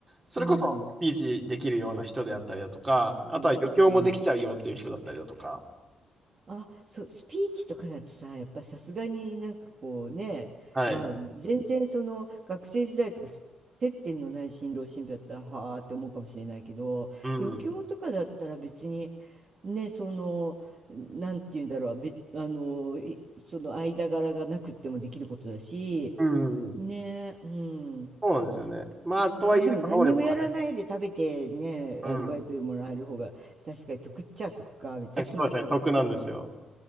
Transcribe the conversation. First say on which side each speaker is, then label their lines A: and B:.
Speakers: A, on the right; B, on the right.
A: それこそスピーチできるような人であったりだとか、
B: うん、
A: あとは余興もできちゃうよっていう人だったりだとか、
B: うん、うん。あ、そう、スピーチとかだとさ、やっぱさすがになんかこうね、
A: はい。
B: まあ全然その学生時代とかす接点のない新郎新婦だったらはあって思うかもしれないけど、
A: うん。
B: 余興とかだったら別にね、その、なんて言うんだろう、べ、あの、いその間柄がなくってもできることだし、
A: うんうんうん
B: ね、うん。
A: そうなんですよね。まあ、とはいえ、
B: まあでも何にもやらないで食べてね、
A: やっぱ能力はね、うん。
B: アルバイトでもらえる方が確かに得っちゃ得か、みたいな。
A: そうですね、
B: <laughs>
A: 得なんですよ。